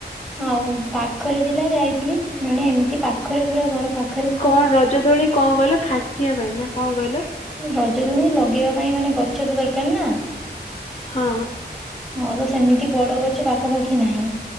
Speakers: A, in the centre; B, on the left.
A: ଆଉ ପାଖରେ ଥିଲା ଯାଇଥିଲି। ନହେଲେ ଏମିତି ପାଖରେ ପୁରା ଘର ପାଖ।
B: କଣ ରଜ ଦୋଳି କଣ କହିଲ ଖାଚିବା ପାଇଁ ନା କଣ କହିଲ?
A: ରଜ ଦୁଳି ଲଗେଇବା ପାଇଁ ମାନେ ଗଛ ତ ଦରକାର ନା।
B: ହଁ।
A: ହଁ ତ ସେମିତି ବଡ ଗଛ ପାଖାପାଖି ନାହିଁ